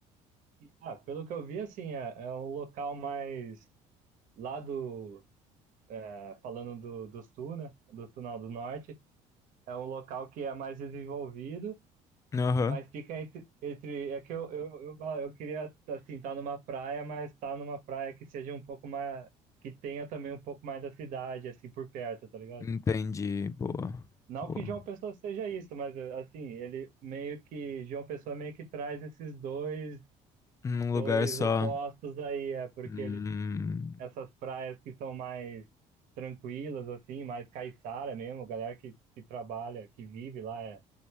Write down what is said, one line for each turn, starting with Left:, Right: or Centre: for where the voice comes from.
Right: Ah, pelo que eu vi, assim, é, é um local mais lá do é, falando do, do sul, né? Do sul, não, do norte, é um local que é mais desenvolvido,
Left: Aham.
Right: mas fica entre, entre é que eu, eu, eu, eu queria, assim, estar numa praia, mas estar numa praia que seja um pouco mais, que tenha também um pouco mais da cidade, assim, por perto, tá ligado?
Left: Entendi. Boa.
Right: Não
Left: Boa.
Right: que João Pessoa seja isso, mas assim, ele meio que, João Pessoa meio que traz esses dois
Left: Num
Right: Dois
Left: lugar só.
Right: opostos aí, é, porque
Left: Hum,
Right: eles têm essas praias que são mais tranquilas, assim, mais caiçara mesmo, galera que, que trabalha, que vive lá, é,